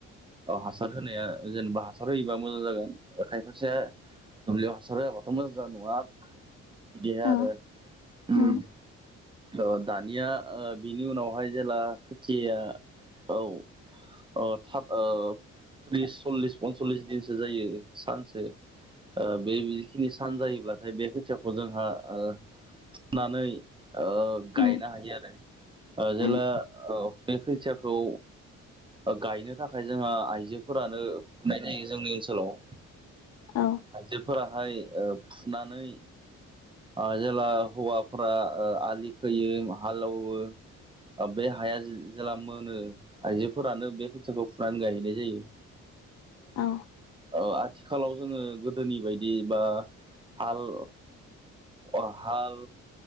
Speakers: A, on the right; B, on the left.
A: अ हासार होनाया ओ जेनेबा हासार होयोबा मोजां जागोन खायफासेया दुब्लियाव हासार होवाबाथ मोजां जानाय नुवा बिदिहाय
B: औ
A: आरो
B: उम
A: दानिया ओ बिनि उनावहाय जेला खोथिया औ अ था ओ बिस सल्लिस पनसल्लिस दिनसो जायो सानसो ओ बे जिखिनि सान जायोब्लाथाय बे खोथियाखौ जोंहा ओ फुनानै ओ
B: उम
A: गायनो हायो आरो ओ जेला
B: उम
A: औ बे खोथियाखौ ओ गायनो थाखाय जोंहा आइजोफोरानो फुनाय जायो जोंनि ओनसोलाव।
B: औ
A: आइजोफोराहाय ओ फुनानै आ जेला हौवाफ्रा आलि खोयो हालेवो ओ बे हाया जेला मोनो आइजोफोरानो बे खैथाखौ फुनानै गायहैनाय जायो।
B: औ
A: ओ आथिखालाव जोङो गोदोनि बायदि बा हाल अ हाल